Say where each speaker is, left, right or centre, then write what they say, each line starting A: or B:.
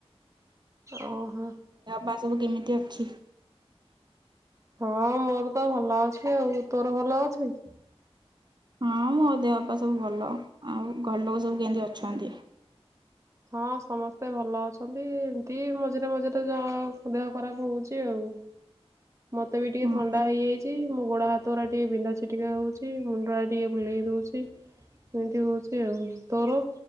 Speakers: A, on the right; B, on the right.
A: ଓହୋ।
B: ବା ସବୁ କେମିତି ଅଛି?
A: ହଁ ମୋର ତ ଭଲ ଅଛି ।ଆଉ ତୋର ଭଲ ଅଛି?
B: ହଁ ମୋ ଦେହପା ସବୁ ଭଲ‌ ଆଉ ଘର ଲୋକ ସବୁ କେମିତି ଅଛନ୍ତି?
A: ହଁ ସମସ୍ତେ ଭଲ ଅଛନ୍ତି ଏମତି ମଝିରେ ମଝିରେ ଯାହା ଦେହ ଖରାପ ହୋଉଚି ଆଉ। ମତେ ବି ଟିକେ
B: ହଁ
A: ଥଣ୍ଡା ହେଇଯାଇଚି ମୋ ଗୋଡ଼ ହାତଉରା ଟିଏ ବିନ୍ଧା ଛିଟିକା ହୋଉଚି ମୁଣ୍ଡଟା ଟିକେ ବୁଲେଇ ଦୋଉଚି ଏମିତି ହୋଉଚି ଆଉ। ତୋର